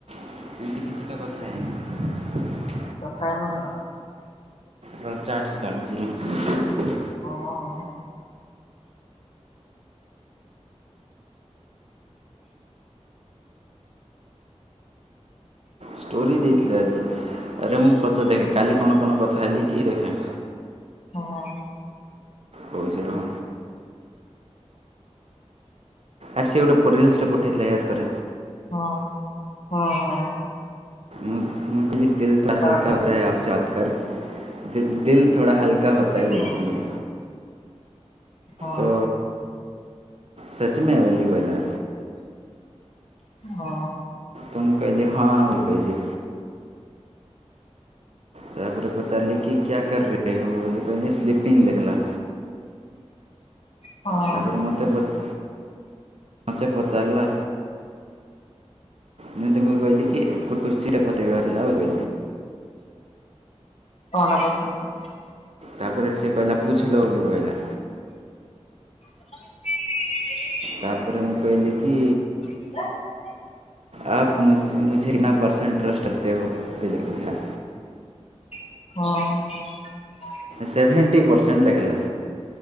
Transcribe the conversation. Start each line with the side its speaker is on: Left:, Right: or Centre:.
Right: ଏମିତି କିଛି ତ କଥା ହେଇନି।
Left: କଥା ହେଇନଥିଲା।
Right: ରହ ଚାର୍ଜ କାଢୁଛି ରହ।
Left: ହଁ ହଁ
Right: ଷ୍ଟୋରି ଦେଇଥିଲେ ଆଜି ଆରେ, ମୁଁ ପଚାରେ ଦେଖେ କାଲି କଣ କଣ କଥା ହେଲିକି ଦେଖେ।
Left: ହଁ।
Right: କହୁଛି ରହ। ଆରେ ସେ ଗୋଟେ ପ ରିଲ୍ସ୍ ଟେ ପଠେଇଥିଲା ୟାଦ କରେ।
Left: ହଁ- ହଁ- ହଁ।
Right: ମୁଁ ମୁଁ ବୋଲି ଦିଲ୍ ଥୋଡା
Left: କାଡା
Right: ହାଲକା
Left: କହିଲି
Right: ହେତା ହେ ଆପ ସେ ବାତ କର ଦିଲ୍ ଥୋଡା ହଲକା କ୍ୟା ହୋତା ହେ
Left: ହଁ
Right: ଲେଖିଥିଲି।
Left: ହଁ
Right: ତ ସଚମେ ବୋଲି କହିଲା।
Left: ହଁ।
Right: ତୁମ କହିଲି ହଁ ଆଉ କହଲି। ତାପରେ ପଚାରିଲି କି କ୍ୟା କର୍ ରହି ହୋ? <unintelligible> କହିଲେ ସ୍ଲିପିଙ୍ଗ ଲେଖିଲା।
Left: ହଁ
Right: ତାପରେ ମତେ ପଚା ମତେ ପଚାରିଲା। ମୁ ତାଙ୍କୁ କହଲି କି ଏକ କୁରସି <unintelligible> ଲାଓ ଗେ
Left: କଣ <unintelligible>
Right: ତାପରେ ସେ କହିଲା ପୁଛଲୋ ବୋଲି କହିଲା।
Left: <inaudible>
Right: ତାପରେ ମୁଁ କହିଲି କି?
Left: <unintelligible>
Right: ଆପ ମୁଝ ମୁଝେ କିତନା ପରସେଣ୍ଟ ଟ୍ରଷ୍ଟ କରତେ ହୋ ଏମିତି ଲେଖିଥିଲା।
Left: ହଁ।
Right: ସେଭେଣ୍ଟି ପରସେଣ୍ଟ ଲେଖିଲା।